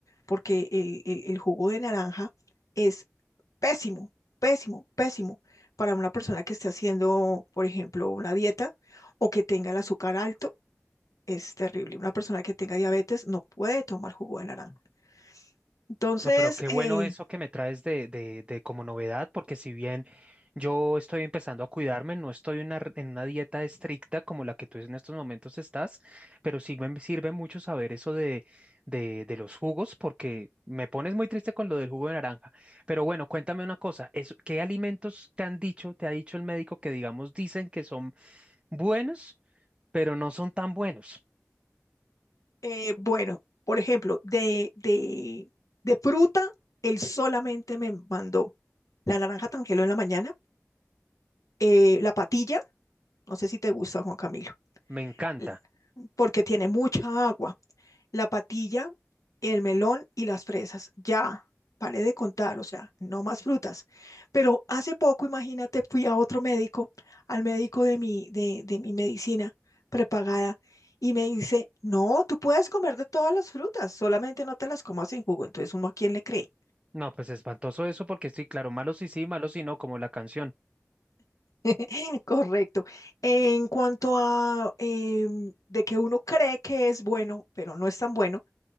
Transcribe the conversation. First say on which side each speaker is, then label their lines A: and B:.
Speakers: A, on the left; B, on the right.
A: porque el, el el jugo de naranja... es Pésimo, pésimo, pésimo para una persona que esté haciendo, por ejemplo, una dieta o que tenga el azúcar alto. Es terrible. Una persona que tenga diabetes no puede tomar jugo de naranja. Entonces,
B: No, pero qué
A: eh,
B: bueno eso que me traes de, de, de como novedad, porque si bien yo estoy empezando a cuidarme, no estoy en una, r- en una dieta estricta como la que tú en estos momentos estás, pero sí me sirve mucho saber eso de, de, de los jugos, porque me pones muy triste con lo del jugo de naranja. Pero bueno, cuéntame una cosa, eso- ¿qué alimentos te han dicho, te ha dicho el médico que digamos dicen que son buenos, pero no son tan buenos?
A: eh, bueno, por ejemplo, de, de, de fruta, él solamente me mandó la naranja tangelo en la mañana, eh, la patilla, no sé si te gusta, Juan Camilo,
B: Me encanta.
A: eh, porque tiene mucha agua. la patilla, el melón y las fresas. Ya, paré de contar, o sea, no más frutas. Pero hace poco, imagínate, fui a otro médico, al médico de mi, de, de mi medicina prepagada, y me dice, no, tú puedes comer de todas las frutas, solamente no te las comas en jugo. Entonces, ¿uno a quién le cree?
B: No, pues espantoso eso, porque sí, claro, malos sí sí, malos sí no, como la canción.
A: <laughs> Correcto. En cuanto a em, de que uno cree que es bueno, pero no es tan bueno,